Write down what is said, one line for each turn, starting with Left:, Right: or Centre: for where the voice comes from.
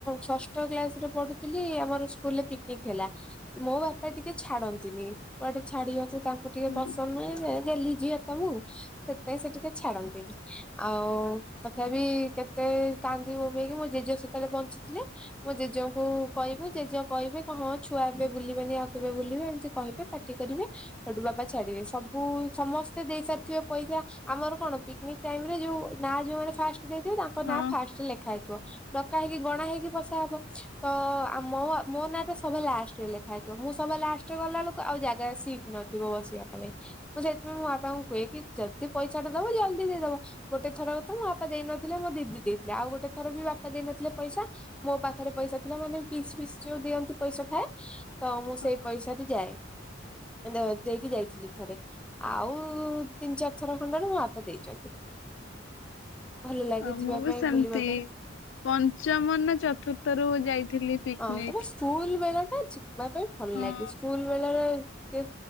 Centre: ଷଷ୍ଠ କ୍ଲାସ୍ ରେ ପଢୁଥିଲି ଆମର ସ୍କୁଲରେ ପିକନିକ ହେଲା। ମୋ ବାପା ଟିକେ ଛାଡନ୍ତିନି କୁଆଡେ ଛାଡିବାକୁ ତାଙ୍କୁ ଟିକେ
Left: ହୁଁ
Centre: ପସନ୍ଦ ନୁହେଁ ରେ। ଗେଲିହି ଝିଅ ତ ମୁଁ ସେଥିପାଇଁ ସେ ଟିକେ ଛାଡନ୍ତିନି। ଆଉ ତଥାପି କେତେ କାନ୍ଦି ବୋବେଇକି ମୋ ଜେଜେ ସେତବେଳେ ବଞ୍ଚିଥିଲେ। ମୋ ଜେଜେଙ୍କୁ କହିବୁ ଜେଜେ କହିବେ ହଁ ଛୁଆ ଏବେ ବୁଲିବେନି ଆଉ କେବେ ବୁଲିବେ ଏମିତି କହିବେ ପା ଟି କରିବେ ଆଉ ସେଇଠୁ ବାପା ଛାଡିବେ ସବୁ ସମସ୍ତେ ଦେଇ ସାରିଥିବେ ପଇସା ଆମର କଣ ପିକନିକ ଟାଇମ୍ ରେ ଯୋଉ ନା ଯୋଉ ମାନେ ଫାଷ୍ଟ ଦେଇଥିବେ ତାଙ୍କ
Left: ହଁ
Centre: ନାଁ ଫାଷ୍ଟ ରେ ଲେଖା ହେଇଥିବ। ଡକା ହେଇକି ଗଣା ହେଇକି ବସା ହବ ତ ଆମ ମୋ-ମୋ ନାଁ ତ ସଭା ଲାଷ୍ଟ ରେ ଲେଖା ହେଇଥିବ, ମୁଁ ସଭା ଲାଷ୍ଟ ରେ ଗଲା ବେଳକୁ ଆଉ ଜାଗା ସିଟ୍ ନଥିବ ବସିବା ପାଇଁ। ମୁଁ ସେଥିପାଇଁ ମୋ ବାପାଙ୍କୁ କୁହେ କି ଯଦି ପଇସା ଟା ଦବ ଜଲଦି ଦେଇଦବ। ଗୋଟେ ଥର ତ ମୋ ବାପା ଦେଇନଥିଲେ ମୋ ଦିଦି ଦେଇଥିଲା ଆଉ ଗୋଟେ ଥର ବି ବାପା ଦେଇ ନଥିଲେ ପଇସା। ମୋ ପାଖରେ ପଇସା ଥିଲା ମାନେ ପିଇସି ଫିଇସି ଯୋଉ ଦିଅନ୍ତି ପଇସା ଥାଏ। ତ ମୁଁ
Left: ହଉ
Centre: ସେଇ ପଇସାରେ ଯାଏ ଦ ଦେଇକି ଯାଇଥିଲି ଥରେ। ଆଉ ତିନି ଚାରି ଥର ଖଣ୍ଡେ ନାଁ ମୋ ବାପା ଦେଇଛନ୍ତି। ଭଲ ଲାଗେ
Left: ଆଉ
Centre: ଯିବା
Left: ମୁଁ ବି
Centre: ପାଇଁ
Left: ସେମିତି।
Centre: ବୁଲିବା ପାଇଁ।
Left: ପଞ୍ଚମ ନା ଚତୁର୍ଥରୁ ଯାଇଥିଲି। ପିକନିକ
Centre: ହଁ ତମ ସ୍କୁଲ ବେଳା ଟା ଯିବା ପାଇଁ ଭଲ
Left: ହଁ।
Centre: ଲାଗେ ସ୍କୁଲ ବେଳର ସେ